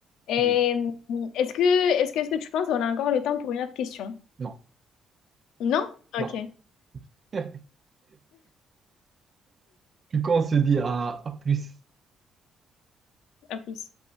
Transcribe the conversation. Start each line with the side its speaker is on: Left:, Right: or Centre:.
Left: Et
Right: Oui.
Left: euh, est-ce que, est-ce que, est-ce que tu penses qu'on a encore le temps pour une autre question?
Right: Non.
Left: Non? Ok,
Right: Non. <laughs> Du coup, on se dit à à plus.
Left: à plus.